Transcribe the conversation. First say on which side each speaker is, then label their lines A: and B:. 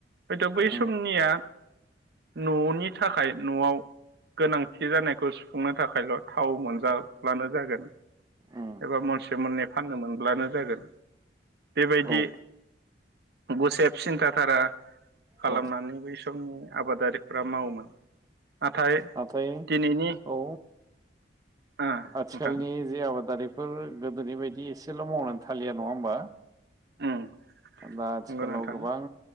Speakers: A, on the right; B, on the right.
A: हयथ' बै
B: उम
A: समनिया न'नि थाखाय न'आव गोनांथि जानायखौ सुफुंनो थाखायल' थाव मोनजाब्लानो जागोन,
B: उम
A: एबा मनसे मननै फाननो मोनब्लानो जागोन। बेबायदि
B: औ
A: गुसेब सिन्था धारा खालामनानै
B: औ
A: बै सम समनि आबादारिफ्रा मावोमोन। नाथाय
B: नाथाय
A: दिनैनि
B: औ
A: ओ
B: आथिखालनि
A: नोंथां
B: जे आबादारिफोर गोदोनि बायदि एसेल' मावनानै थालिया नङा होमबा।
A: उम।
B: दा आथिखालाव
A: नंगौ नोंथां
B: गोबां